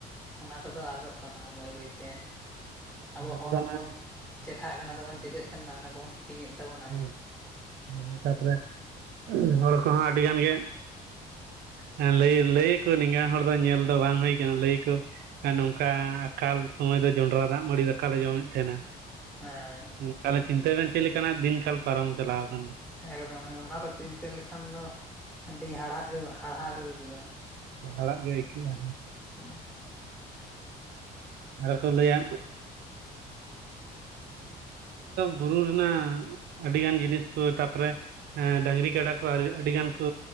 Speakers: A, in the centre; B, on the right.
A: ᱚᱱᱟ ᱠᱚᱫᱚ ᱟᱫᱚᱜ ᱠᱟᱱᱟ ᱵᱟᱹᱭ ᱵᱟᱹᱭᱛᱮ ᱟᱵᱚ
B: ᱞᱟᱦᱟ
A: ᱦᱚᱲ
B: ᱛᱮᱫᱚ
A: ᱦᱚᱸᱵᱚᱱ ᱪᱮᱴᱷᱟᱜ ᱠᱟᱱᱟ ᱥᱮᱵᱚᱱ ᱪᱤᱠᱟᱹᱜ ᱠᱟᱱᱟ ᱚᱱᱟ ᱠᱚ ᱦᱤᱲᱤᱧᱮᱫ ᱛᱟᱵᱚᱱᱟ
B: ᱚᱱᱮ ᱛᱟᱯᱚᱨᱮ ᱦᱚᱲ ᱠᱚᱦᱚᱸ ᱟᱹᱰᱤᱜᱟᱱ ᱜᱮ ᱦᱮᱸ ᱞᱟᱹᱭ ᱞᱟᱹᱭᱟ ᱠᱚ ᱱᱮᱝ-ᱟ ᱦᱚᱲ ᱫᱚ ᱧᱮᱞ ᱫᱚ ᱵᱟᱝ ᱦᱩᱭ ᱠᱟᱱᱟ ᱞᱟᱹᱭᱟ ᱠᱚ ᱱᱚᱝᱠᱟ ᱟᱠᱟᱞ ᱥᱚᱢᱚᱭ ᱫᱚ ᱡᱚᱸᱰᱨᱟ ᱫᱟᱜ ᱢᱟᱹᱲᱤ ᱫᱟᱠᱟ ᱞᱮ ᱡᱚᱢᱮᱫ ᱛᱟᱦᱮᱸᱱᱟ
A: ᱦᱮᱸ
B: ᱛᱟᱦᱚᱞᱮ ᱪᱤᱱᱛᱟᱹᱭ ᱵᱮᱱ ᱪᱮᱫ ᱞᱮᱠᱟᱱᱟᱜ ᱫᱤᱱ ᱠᱟᱞ ᱯᱟᱨᱚᱢ ᱪᱟᱞᱟᱣ ᱠᱟᱱᱟ
A: ᱮᱠᱫᱚᱢ ᱮᱠᱫᱚᱢ ᱚᱱᱟ ᱠᱚ ᱪᱤᱱᱛᱟᱹ ᱞᱮᱠᱷᱟᱱ ᱫᱚ ᱟᱹᱰᱤ ᱦᱟᱲᱦᱟ ᱜᱮ ᱦᱟᱲᱦᱟ ᱜᱮ ᱵᱩᱡᱩᱜᱼᱟ
B: ᱦᱟᱲᱟᱜ ᱜᱮ ᱟᱹᱭᱠᱟᱹᱜᱼᱟ
A: ᱦᱮᱸ
B: ᱟᱨᱦᱠᱚ ᱞᱟᱹᱭᱟ ᱵᱩᱨᱩ ᱨᱮᱱᱟᱜ ᱟᱹᱰᱤ ᱜᱟᱱ ᱡᱤᱱᱤᱥ ᱠᱚ ᱛᱟᱯᱚᱨᱮ ᱦᱮᱸ ᱰᱟᱹᱝᱨᱤ ᱠᱟᱰᱟ ᱠᱚ ᱟᱹᱰᱤ ᱜᱟᱱ ᱠᱚ